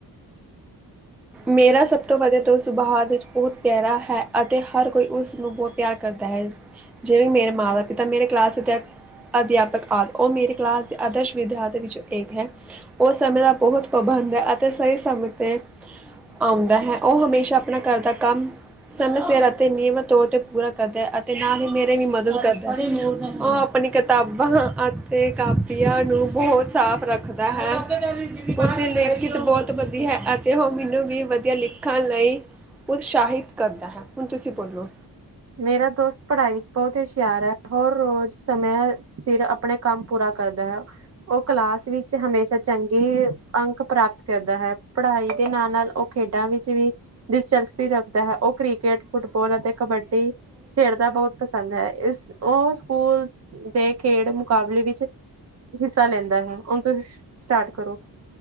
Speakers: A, in the centre; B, on the right.
A: ਮੇਰਾ ਸਭ ਤੋਂ ਵਧੀਆ ਤੋ ਉਸ ਬਹਾਰ ਵਿੱਚ ਬਹੁਤ ਪਿਆਰਾ ਹੈ, ਅਤੇ ਹਰ ਕੋਈ ਉਸ ਨੂੰ ਬਹੁਤ ਤਿਆਰ ਕਰਦਾ ਹੈ, ਜਿਵੇਂ ਮੇਰੇ ਮਾਂ ਦਾ ਪਿਤਾ ਮੇਰੇ ਕਲਾਸ ਚ ਐ। ਅਧਿਆਪਕ ਆਦਿ ਓਹ ਮੇਰੇ ਕਲਾਸ ਦੇ ਆਦਰਸ਼ ਵਿਦਿਆ ਦੇ ਵਿੱਚੋਂ ਏਕ ਹੈ। ਓ ਸਮੇਂ ਦਾ ਬਹੁਤ ਪਾਬੰਦ ਹੈ, ਅਤੇ ਸਹੀ ਸਮੇਂ ਤੇ ਆਉਂਦਾ ਹੈ ਓਹ ਹਮੇਸ਼ਾ ਆਪਣਾ ਘਰ ਦਾ ਕੰਮ ਸਮੇਂ ਸਿਰ ਅਤੇ ਨਿਯਮਤ ਤੌਰ ਤੇ ਪੂਰਾ ਕਰਦੈ, ਅਤੇ ਨਾਲ ਹੀ ਮੇਰੇ ਵੀ ਮਦਦ ਕਰਦੈ। ਓ ਆਪਣੀ ਕਿਤਾਬਾਂ ਅਤੇ ਕਾਪੀਆਂ ਨੂੰ ਬਹੁਤ ਸਾਫ਼ ਰੱਖਦਾ ਹੈ। ਉਸੇ ਲੇਖਿਤ ਬਹੁਤ ਵਧੀਆ ਹੈ ਆ ਅਤੇ ਓਹ ਮੈਨੂੰ ਵੀ ਵਧੀਆ ਲਿਖਣ ਲਈ ਉਤਸ਼ਾਹਿਤ ਕਰਦਾ ਹੈ। ਹੁਣ ਤੁਸੀਂ ਬੋਲੋ
B: ਮੇਰਾ ਦੋਸਤ ਪੜ੍ਹਾਈ ਵਿੱਚ ਬਹੁਤ ਹਸ਼ਿਆਰ ਐ। ਹੋਰ ਰੋਜ਼ ਸਮੇ ਸਿਰ ਆਪਣੇ ਕੰਮ ਪੂਰਾ ਕਰਦੈ। ਓਹ ਕਲਾਸ ਵਿੱਚ ਹਮੇਸ਼ਾ ਚੰਗੇ ਅੰਕ ਪ੍ਰਾਪਤ ਕਰਦਾ ਹੈ। ਪੜ੍ਹਾਈ ਦੇ ਨਾਲ-ਨਾਲ ਓਹ ਖੇਡਾਂ ਵਿੱਚ ਵੀ ਦਿਸਚਸਪੀ ਰੱਖਦਾ ਹੈ, ਓਹ ਕ੍ਰਿਕੇਟ, ਫੁੱਟਬਾਲ ਅਤੇ ਕਬੱਡੀ ਖੇਡਦਾ ਬਹੁਤ ਪਸੰਦ ਹੈ, ਇਸ ਓਹ ਸਕੂਲ ਦੇ ਖੇਡ ਮੁਕਾਬਲੇ ਵਿੱਚ ਹਿੱਸਾ ਲੈਂਦਾ ਹੈ, ਹੁਣ ਤੁਸੀਂ ਸਟਾਰਟ ਕਰੋ।